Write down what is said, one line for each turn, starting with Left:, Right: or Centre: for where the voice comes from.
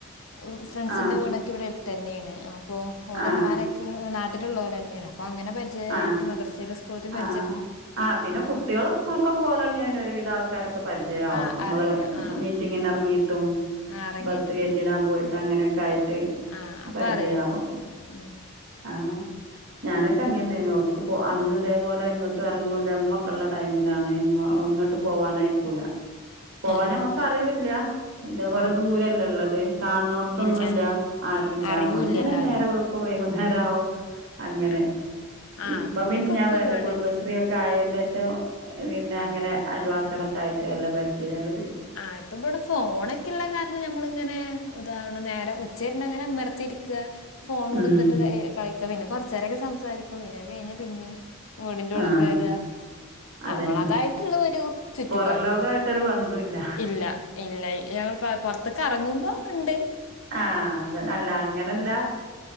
Left: ഊ ഫ്രണ്ട്സിൻ്റെ
Right: ആ
Left: വീടൊക്കെ ഇവിടെട്തെന്നെണ് അപ്പോ ഓലെമ്മാരൊക്കെ
Right: ആ
Left: ഇ നാട്ടിലുള്ളോലെന്നേണ്. അ പ്പങ്ങനെ പരിജയായിട്ട്
Right: ആ
Left: മദർസിലു സ്കൂൾതിം പ
Right: ആ ആ പിന്നെ കുട്ടികള് സ്കൂള്ക്കൊക്കെ പോകല് തൊടങ്ങിയ പിന്നെ ഒരുവിധം ആൾക്കാരൊക്കെ പരിചയാവും.
Left: ആഹ്
Right: നമ്മള്
Left: അറിയാം ആഹ്
Right: മീറ്റിങ്ങിന് എറങ്ങി ട്ടും
Left: ആഹ് എറങ്ങീട്ടും
Right: ബസ് കേറ്റി
Left: ഉം
Right: വിടാൻ പോയിട്ടും അങ്ങനൊക്കെ ആയിട്ട്
Left: ആഹ് അപ്പ
Right: പരിചയാവും.
Left: അറിയാം ഉം
Right: ആ ഞാനൊ ക്കെ അങ്ങനേണ് പോറത്ത് പോ അന്ന് ഇതേപോലെ എങ്ങോട്ടും എറങ്ങുല ഇമ്മൊക്കെള്ള ടൈമിലാണ് എ ഇങ്ങോട്ട് പോ വാനയക്കൂല പോവാനമ്മക്ക്
Left: ആഹ്
Right: അറിയൂല്ല. ഇതേപോലെ
Left: ആഹ്
Right: ദൂരയല്ലേ ഉള്ളത്. കാണ്‌ന്നോട്ത്തൊന്നുല്ല
Left: ഇൽ ആഹ്
Right: ആരുല്ല
Left: അറിയൂല്ലല്ലായി
Right: നമ്മളിങ്ങനെ നേരം വെളുക്കും വൈകും നേ രാവും അങ്ങനെ
Left: ആഹ് ആഹ്
Right: ഇപ്പ
Left: അതന്നെ
Right: പിന്നെ ഞാൻ
Left: ഇപ്പ
Right: പറഞ്ഞില്ലെ
Left: ഇവിടെയും
Right: കുടുംബശ്രീക്കെ ആയൻ്റെ ഷം പിന്നെ അങ്ങനെ
Left: ആഹ്
Right: അയൽവാസികളൊക്കെ ആയി നല്ല പരിചയമായി
Left: ആഹ് ഇപ്പൊ ഇവിടെ ഫോണൊക്കെ ഉള്ള കാരണം ഞമ്മളിങ്ങനെ <unintelligible> നേരം ഉച്ച കഴിഞ്ഞങ്ങനെ വെർതെ ഇരിക്കുക. ഫോൺ കൊടുത്തിട്ട്
Right: ഉം
Left: ഏഹ് കളി പിന്നെ കൊറച്ച് നേരോക്കെ സംസാരിക്കും. പിന്നത് കഴിഞ്ഞാ പിന്നേം വീടിന്റെ ഉള്ളിൽ
Right: ആഹ്
Left: കേറുക. നമ്മളടതായിട്ടുള്ള
Right: അതന്നെ
Left: ഒരു ചുറ്റുപാട്.
Right: പൊറം ലോകായിട്ടൊരു ബന്ധുല്ല
Left: ഇല്ല ഇല്ല ഞങ്ങൾ പ പൊറത്ത് കറങ്ങുമ്പോ ഉണ്ട്.
Right: ആഹ് അത് അല്ല അങ്ങനല്ല.